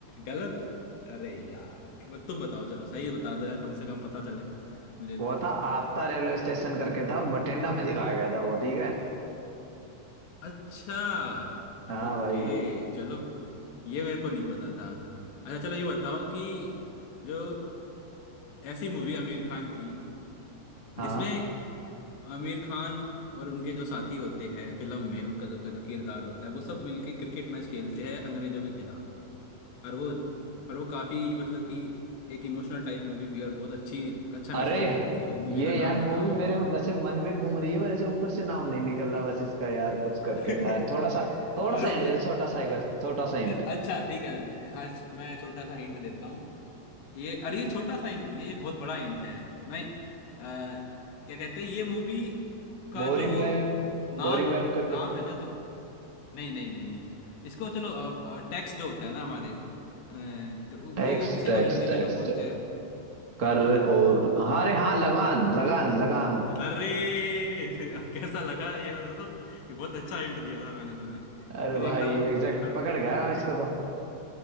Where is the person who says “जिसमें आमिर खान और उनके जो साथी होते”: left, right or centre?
Left